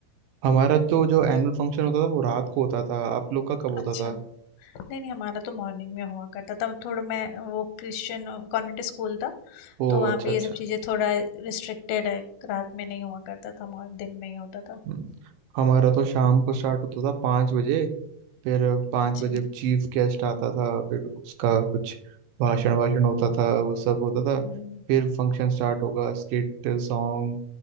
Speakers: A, on the right; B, on the left.
A: हमारा तो जो एनुअल फंक्शन होता था वो रात को होता था आप लोग का कब होता
B: अच्छा
A: था
B: नहीं नहीं हमारा तो मॉर्निंग में हुआ करता था मतलब थोड़ा मैं वो क्रिश्चियन कॉन्वेंट स्कूल था
A: ओ
B: तो वहाँ
A: अच्छा
B: पे
A: अच्छा
B: ये सब चीज़ें थोड़ा रिस्ट्रिक्टेड है रात में नहीं हुआ करता था मॉर- दिन में ही होता था
A: हम्म, हमारा तो शाम को स्टार्ट होता था पाँच बजे फिर पाँच
B: अच्छा
A: बजे चीफ गेस्ट आता था फिर उसका कुछ भाषण वाषण होता था वो सब होता था
B: हम्म।
A: फिर फंक्शन स्टार्ट होगा स्किट सॉन्ग